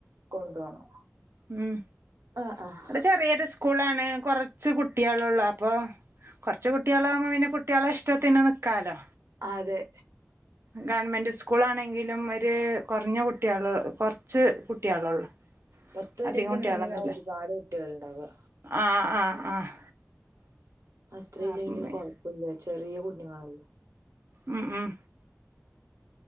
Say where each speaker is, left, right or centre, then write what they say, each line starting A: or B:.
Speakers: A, on the right; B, on the right.
A: കൊണ്ടുപോണം
B: ഉം
A: ആഹ് ആഹ്
B: ഇവിടെ ചെറിയരു സ് സ്കൂളാണ് കുറച്ച് കുട്ടി ആള് ഒള്ളൂ അപ്പോൾ കുറച്ച് കുട്ടിആള് ആകുമ്പോൾ പിന്നെ കുട്ടി ആളെ ഇഷ്ടത്തിന് നിൽക്കാലോ
A: അതെ
B: ഗവൺമെന്റ് സ്കൂൾ ആണെങ്കിലും ഒരു കുറഞ്ഞ കുട്ടിആള് കു ച്ച് കുട്ടിയാള് ഒള്ളൂ
A: പത്ത് വരെയൊക്കെ
B: അധികം കുട്ടിആള്
A: ഉണ്ടെങ്കിലാ
B: ഒന്നില്ലേ
A: ഒരുപാട് കുട്ടികളുണ്ടാവുക
B: ആഹ് ആഹ് ആഹ്
A: അത്ര
B: ആഹ്
A: ഇല്ലെങ്കില് കൊഴപ്പില്ല ചെറിയ കുഞ്ഞുങ്ങളല്ലേ
B: ഉം ഉം